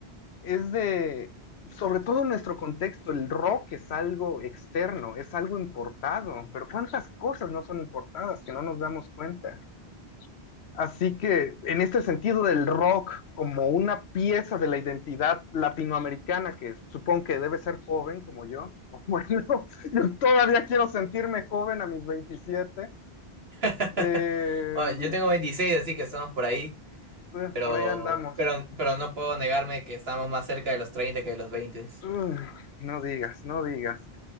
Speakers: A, on the left; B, on the right.
A: es de, sobre todo en nuestro contexto, el rock es algo externo, es algo importado, pero ¿cuántas cosas no son importadas que no nos damos cuenta? Así que en este sentido del rock como una pieza de la identidad latinoamericana, que supongo que debe ser joven como yo, <laughs> bueno, yo todavía quiero sentirme joven a mis 27,
B: <laughs>
A: eh,
B: Bueno, yo tengo 26 así que estamos por ahí,
A: eh,
B: pero,
A: por ahí andamos.
B: pero, pero no puedo negarme que estamos más cerca de los 30 que de los 20.
A: Uf, no digas, no digas.